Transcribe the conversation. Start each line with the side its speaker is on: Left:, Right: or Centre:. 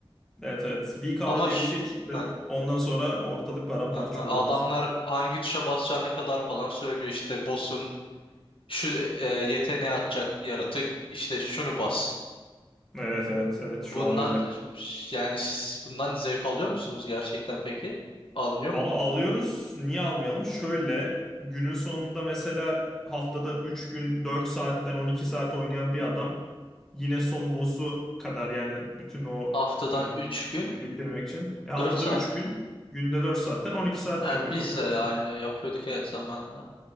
Centre: Evet evet. v
Left: Ama
Centre: diye
Left: ş-
Centre: bir şey çıktı.
Left: ha,
Centre: Ondan sonra ortalık paramparça
Left: ha, ha,
Centre: oldu.
Left: adamlar hangi tuşa basacağına kadar falan söylüyor işte boss'un şu e, yeteneği atacak yaratık işte şunu bas.
Centre: Evet evet evet
Left: Bundan
Centre: şu an öyle.
Left: yani siz bundan zevk alıyor musunuz gerçekten peki? Alınıyor mu?
Centre: Valla alıyoruz. Niye almayalım? Şöyle günün sonunda mesela haftada 3 gün 4 saatten 12 saat oynayan bir adam yine son boss'u kadar yani bütün o
Left: Haftadan
Centre: hmm,
Left: üç gün
Centre: bitirmek için. E, haftada
Left: dört saat.
Centre: 3 gün günde 4 saatten 12 saat
Left: Ha,
Centre: yapıyor
Left: biz
Centre: toplam
Left: de aynı
Centre: işte.
Left: yapıyorduk evet zamanında.